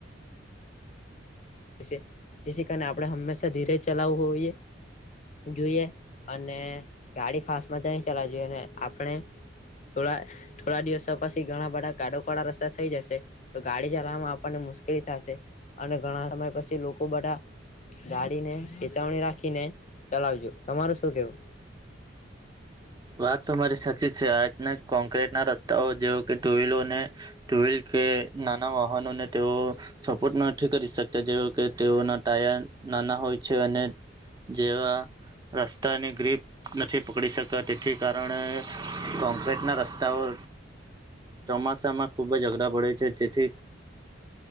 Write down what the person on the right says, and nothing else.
વાત તો મારી સાચી છે આજના કોંક્રીટના રસ્તાઓ જેવ કે ટુવીિલોને ટુવીિલ કે નાના વાહનોને તેઓ સપોર્ટ નથી કરી શકતા જેવ કે તેઓના ટાયર નાના હોય છે અને જેવા તાની ગ્રીપ નથી પકડી શકતા તેથી કારણે કોક્રેટના રસ્તા તા ઓ ચોમાસામાં ખુબ જ અઘરા પડે છે તેથી